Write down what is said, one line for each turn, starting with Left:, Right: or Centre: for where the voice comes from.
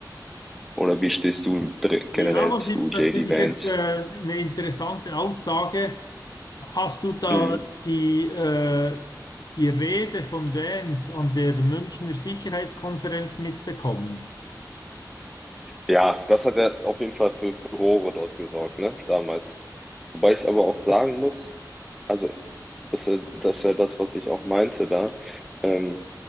Centre: Oder wie stehst du dr-
Left: Ja,
Centre: generell
Left: was,
Centre: zu
Left: ich- das
Centre: JD
Left: finde
Centre: Vance?
Left: ich jetzt äh, eine interessante Aussage. Hast du da
Centre: Mhm.
Left: die, äh, die Rede von Vance an der Münchner Sicherheitskonferenz mitbekommen?
Centre: Ja, das hat ja auf jeden Fall für Furore dort gesorgt, ne, damals. Wobei ich aber auch sagen muss, also, dass er, dass er das, was ich auch meinte da, ähm,